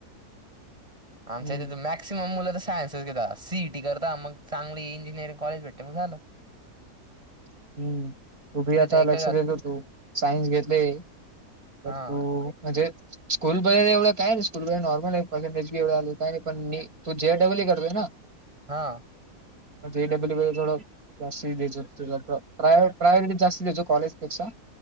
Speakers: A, on the right; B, on the right.
A: आमच्या
B: हम्म.
A: इथे मॅक्सिमम मुलं तर सायन्सच सी ई टी करता मग चांगली इंजिनिअरिंग कॉलेज भेट. की मग झालं.
B: हो हम्म, तू बी
A: इथे
B: आता
A: तर एक
B: लक्ष
A: जात
B: देतो, तू सायन्स घेतले. तर
A: हा
B: तू म्हणजे, स्कूलमध्ये एवढं काय <unintelligible> स्कूलमध्ये नॉर्मलेय पर्सेंटेज बी एवढं आलं काय नाही, पण म तू <unintelligible> करतोय ना
A: हा
B: <unintelligible> व थोडं जास्ती द्यायचं तला प्र-प्रायो-प्रायोरिटी जास्ती द्यायचं कॉलेजपेक्षा